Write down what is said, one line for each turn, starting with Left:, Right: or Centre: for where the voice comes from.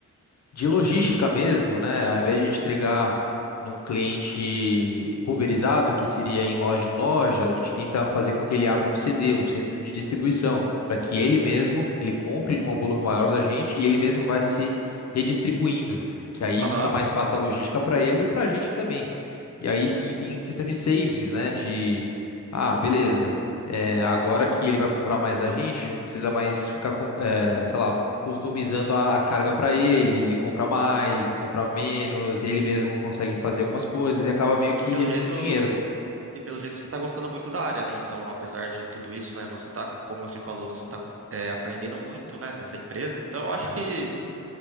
Left: de logística mesmo, né? Ao invés de a gente entregar num cliente pulverizado, que seria em loja em loja, a gente tenta fazer com que ele abra um CD, um centro de distribuição, para que ele mesmo, ele compre de um volume maior da gente e ele mesmo vai se redistribuindo, que aí
Right: Aham.
Left: fica mais fácil a logística para ele e para a gente também. E aí sim tem a questão de savings, né? De, ah, beleza. é, agora que ele vai comprar mais da gente, não precisa mais ficar com- é, sei lá, customizando a carga para ele, ele compra mais, não compra menos, ele mesmo consegue fazer algumas coisas e acaba meio que
Right: E pelo
Left: reduzindo
Right: jeito,
Left: dinheiro.
Right: e pelo jeito você tá gostando muito da área, né? Então, apesar de tudo isso, né, você tá, como você falou, você tá eh, aprendendo muito, né, nessa empresa. Então, eu acho que
Left: Uhum.